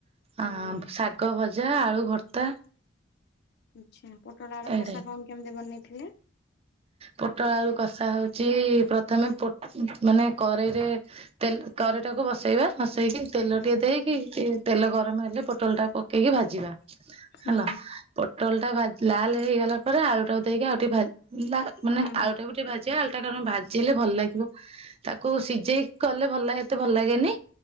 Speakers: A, on the left; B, on the right.
A: ହୁଁ
B: ଆ,
A: ହୁଁ ହୁଁ
B: ଶାଗ ଭଜା, ଆଳୁ ଭର୍ତ୍ତା,
A: ଆଚ୍ଛା ପୋଟଳ ଆଳୁ
B: ଏଇଟା।
A: କଷା କଣ କେମିତି ବନେଇଥିଲେ?
B: ପୋଟଳ ଆଳୁ କଷା ହଉଚି, ପ୍ରଥମେ ପୋଟ, ମାନେ କରେଇରେ ତେଲ, ତରିଟାକୁ ବସେଇବା, ବସେଇକି ତେଲ
A: ହୁଁ
B: ଟିକେ ଦେଇକି, ତେଲ ଗରମ ହେଲେ, ପୋଟଲ ଟା ପକେଇକି ଭାଜିବା
A: ହୁଁ
B: ହେଲା। ପୋଟଲ ଟା ଭା ଲାଲ ହେଇଗଲା ପରେ, ଆଳୁ ଟାକୁ ଦେଇକି ଆଉ ଟିକେ ଭା, ମାନେ
A: ହୁଁ
B: ଆଳୁ ଟା ବି ଟିକେ ଭାଜି ଜିଆ ଆଳୁ ଟା, କାରଣ ଭାଜି ହେଲେ ଭଲ ଲାଗିବ। ତାକୁ ସିଝେଇ କଲେ ଭଲ ଏତେ ଭଲ, ଏତେ ଭଲ ଲାଗେନି,